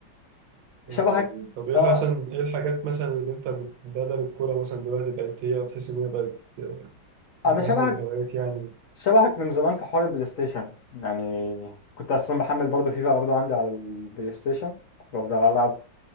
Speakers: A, on the right; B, on the left.
A: يا
B: شبهك
A: نهار أبيض طب إيه
B: اه
A: مثلا إيه الحاجات مثلا اللي أنت بت- بدل الكورة مثلا دلوقتي بقت هي تحس إن هي بقت
B: انا
A: من أهم
B: شبهك
A: الهوايات يعني
B: شبهك من زمان في حوار البلاي ستيشن يعني كنت اصلا بحمل برضه فيفا برضه عندي على البلاي ستيشن كنت بفضل العب